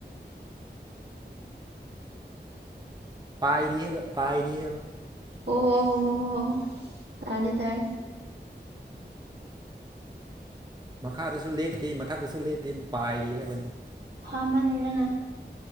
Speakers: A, on the right (about 20°); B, on the right (about 70°).
A: ꯄꯥꯏꯔꯤ ꯍꯥꯏꯕ ꯄꯥꯏꯔꯤ ꯍꯥꯏꯕ
B: ꯑꯣ-ꯍꯣ-ꯍꯣ-ꯍꯣ-ꯍꯣ ꯇꯥꯔꯦ-ꯇꯥꯔꯦ꯫
A: ꯃꯈꯥꯗꯁꯨ ꯂꯦꯞꯇꯦ ꯃꯊꯛꯇꯁꯨ ꯂꯦꯞꯇꯦ ꯄꯥꯏꯔꯤ ꯍꯥꯏꯕꯅꯤꯀꯣ
B: ꯐꯥꯃꯟꯗꯅ